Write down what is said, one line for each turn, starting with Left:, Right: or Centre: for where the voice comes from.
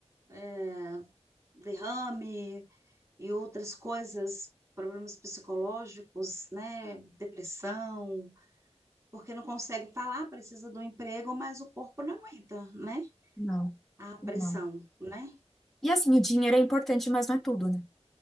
Right: é, derrame e outras coisas, problemas psicológicos, né, depressão, porque não consegue falar, precisa do emprego, mas o corpo não aguenta, né,
Centre: não,
Right: a
Centre: não.
Right: pressão, né?
Centre: E assim, o dinheiro é importante, mas não é tudo, né?